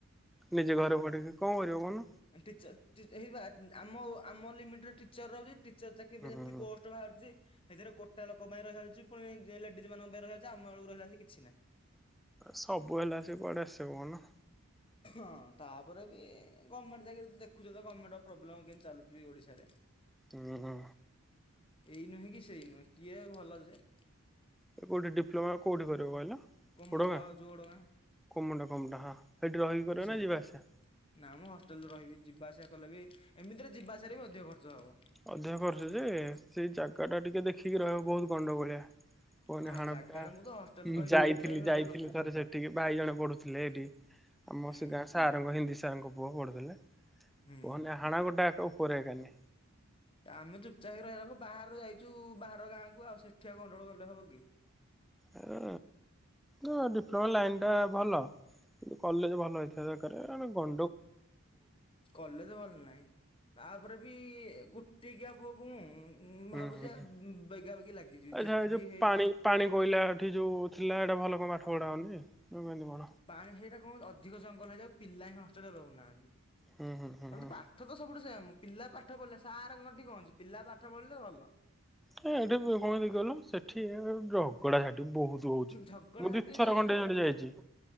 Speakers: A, in the centre; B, on the left.
A: ନିଜେ ଘରେ ପଢିକି କଣ କରିବ କଉନୁ
B: ଆଲ ଟିଚର୍ ଟି ଏହିବା ଆମ ଆମ ଲିମିଟ ଟିଚର ରବେ ଟିଚର ଚାକି ପାଇଁ ଯେତିି
A: ହୁଁ
B: ପୋଷ୍ଟ ବାହାରୁଚି ସେଇଥିରେ କୋଟା ଲୋକ ପାଇଁ ରହିବାଯାଉଛି ପୁଣି ଯିଏ ଲେଡିଜ ମାନଙ୍କ ପାଇଁ ରହିଯାଉଚି ଆମ ବେଳକୁ ରହିଲା ଯେ କିଛି ନା।
A: ସବୁ ହେଲା ସେ କୁଆଡେ ଆସିବ କହୁନ।
B: ହଁ ତାପରେବି ଗମେଣ୍ଟ ଚାକୀରି ଦେଖୁଚୁ ତ ଗର୍ମେଣ୍ଟ ପ୍ରୋବ୍ଲେମ କେମତୀ ଚାଲୁଚି ବି ଓଡିଶାରେ।
A: ଉଁ ହଁ।
B: ଏଇ ନୁହେଁ କି ସେଇ ନୁହେଁ କିଏ ଭଲ ଯେ?
A: କୋଉଠି ଡିପ୍ଲୋମା କୋଉଠି କରିବ କହିଲ?
B: କମଣ୍ଡ
A: ପଡଙ୍ଗା
B: ଯୋଡଗାଁ
A: କମୋଟ କମଟା ହଁ ସେଇଠି ରହିକି
B: ହଁ
A: କରିବ
B: ସେଇ
A: ନା ଯିବା ଆସିବା
B: ନା ମୁଁ ହଷ୍ଟେଲରେ ରହିବି ଯିବା ଆସିବା କଲେ ବି ଏମିତିରେ ଯିବା ଆସିବା ବି ଅଧିକ ଖର୍ଚ୍ଚ।
A: ଅଧିକ କରୁଚ ଯେ ସେଇ ଜାଗା ଟା ଟିକେ ଦେଖିକି ରହିବ ବହୁତ ଗଣ୍ଡଗୋଳିଆ। କୁହିନି
B: ହଁ
A: ହାଣାପିଠା
B: ଜାଗାରେ ମୁଁ ତ ହଷ୍ଟେଲରେ ରହିବି
A: ଯାଇଥିଲି
B: ଚୁପଚାପ ରହିବା
A: ଯାଇଥିଲି
B: କଥା
A: ଥରେ ସେଠିକି ଭାଇ ଜଣେ ପଢୁଥିଲେ ଏଇଠି। ଆମ
B: ହୁଁ
A: ସେ ଗାଁ ସାରଙ୍କ ହିନ୍ଦୀ ସାରଙ୍କ ପୁଅ ପଢୁଥିଲେ।
B: ହୁଁ।
A: କୁହନି ହାଣା ଗୋଟା ଏକ ଉପରେ ଗାନି।
B: ଆମେ ଚୁପଚା ହେଇ ରହିବାକୁ ବାହାରୁ ଯାଇଚୁ ବାହାର ଗାଁକୁ ଆଉ ସେଠି ଆଉ ଗଣ୍ଡଗୋଳ କଲେ ହବ କି?
A: ଏ ଥୁଅ ଡିପ୍ଲୋମା ଲାଇନ ଟା ଭଲ କିନ୍ତୁ କଲେଜ ଭଲ ହେଇଥିବା ଦରକାରେ ଏ ହେ ଗ
B: କଲେଜ ଭଲ ନାଇ ତାପରେ ବି ଗୋଟିକିଆ ପୁଅ କୁ ମୁ ଉଁଁ
A: ହୁଁ
B: ଭାବୁଚି
A: ହୁଁ
B: ଆଉ ବେଗା ବେଗି ଲାଗିଯିବି
A: ଆଚ୍ଛା
B: ଯେତିକି
A: ଏ ଯୋଉ
B: ହେଇ
A: ପାଣି ପାଣି କୋଇଲା ଏଠି ଯୋଉ ଥିଲା ହେଟା ଭଲ କଣ ପାଠ ପଢା ହଉନି କେମିତି କଣ?
B: ପାଣି ହେଟା କଣ ଅଧିକ ଜଙ୍ଗଲ ହେଇଯାଉ ପିଲା ହିଁ ହଷ୍ଟେଲରେ ରହୁନାହାନ୍ତି।
A: ହୁଁ ହୁଁ ହୁଁ
B: ଆ
A: ହୁଁ
B: ତ ପାଠ ତ ସବୁଠୁ ସେ ଆମ ପିଲା ପାଠ ପଢ଼ିଲେ ସାରଙ୍କଠି କଣ ଅଛି ପିଲା ପାଠ ପଢିଲେ ଭଲ।
A: ଏ ଏଠି କଣ ହେଖି କହିଲ ସେଠି ଝଗଡା ବହୁତ ହଉଚି
B: ଝଗଡା
A: ମୁଁ
B: ଝାଟି
A: ଦି ଥର
B: ଯେ
A: ଖଣ୍ତେ ହ୍ୟାଡେ ଯାଇଚି
B: ପା